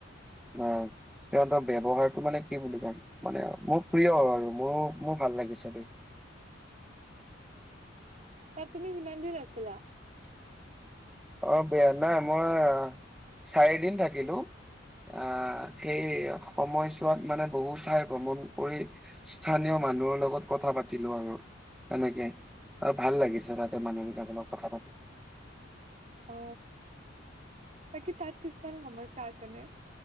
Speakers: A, in the centre; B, on the right (about 40°).
A: অ'। সিহঁতৰ ব্যৱহাৰটো মানে কি বুলি ক'ম মানে মোৰ প্ৰিয় আৰু মোৰ মোৰ ভাল লাগিছে দে।
B: উ তাত তুমি যিমান দিন আছিলা।
A: অ', বেয়া নাই মই চাৰিদিন থাকিলোঁ। আহ সেই সময়ছোৱাত মানে বহু ঠাই ভ্ৰমণ কৰি স্থানীয় মানুহৰ লগত কথা পাতিলোঁ আৰু। তেনেকে আৰু ভাল লাগিছে তাতে মানুহবিলাকলাক কথা পাতি।
B: অ বাকী তাত কিছুমান সমস্যা আছে নে